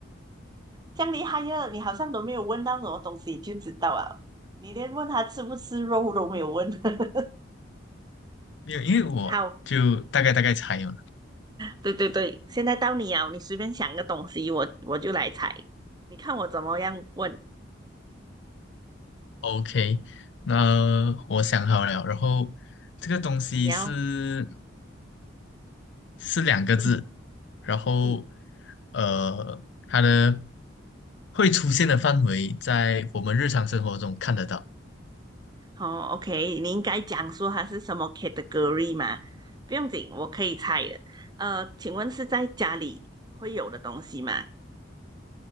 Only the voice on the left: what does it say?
没有，因为我就大概大概猜哦。
OK，那我想好了，然后这个东西是
是两个字，
然后
呃，它的会出现的范围在我们日常生活中看得到，